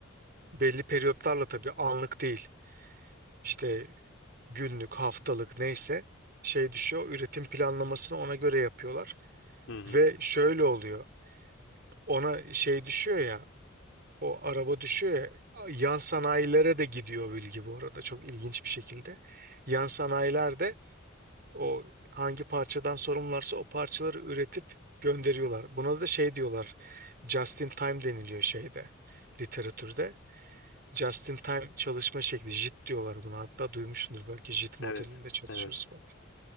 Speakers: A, on the right; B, on the left.
A: belli periyotlarla tabii anlık değil. İşte günlük, haftalık neyse şey düşüyor. Üretim planlamasını ona göre yapıyorlar.
B: Hı hı.
A: Ve şöyle oluyor. Ona şey düşüyor ya, o araba düşüyor ya, yan sanayilere de gidiyor bilgi bu arada çok ilginç bir şekilde. Yan sanayiler de o hangi parçadan sorumlularsa o parçaları üretip gönderiyorlar. Buna da şey diyorlar, just in time deniliyor şeyde, literatürde. Just in time çalışma şekli. JIT diyorlar buna. Hatta duymuşsundur belki JIT modelinde
B: Evet.
A: çalışıyoruz
B: Evet.
A: falan.